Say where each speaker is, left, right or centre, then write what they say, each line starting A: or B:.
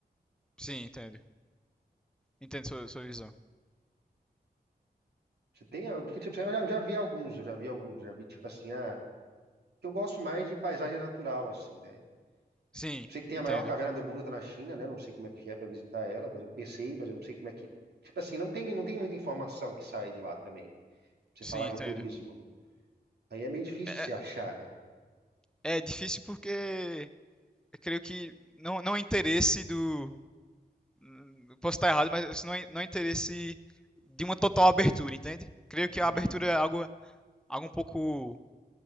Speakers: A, in the centre; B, on the right (about 85°).
A: Sim, entendo. Entendo sua, sua visão.
B: Você tem, a- porque tipo, eu já, eu já vi alguns, eu já vi alguns, já vi tipo assim, ah, que eu gosto mais de paisagem natural, assim, né?
A: Sim,
B: Eu sei que tem
A: entendo.
B: a maior caverna do mundo, tá na China, né? Não sei como é que é para visitar ela, mas eu pensei, mas eu não sei como é que. Tipo assim, não tem, não tem muita informação que sai de lá também. Pra Você
A: Sim,
B: falar de
A: entendo.
B: turismo. Aí é meio difícil
A: É,
B: você
A: é
B: achar, né?
A: é difícil porque eu creio que não, não é interesse do. hum, Posso estar errado, mas não é, não é interesse de uma total abertura, entende? Creio
B: Uhum,
A: que a abertura é algo, algo um pouco.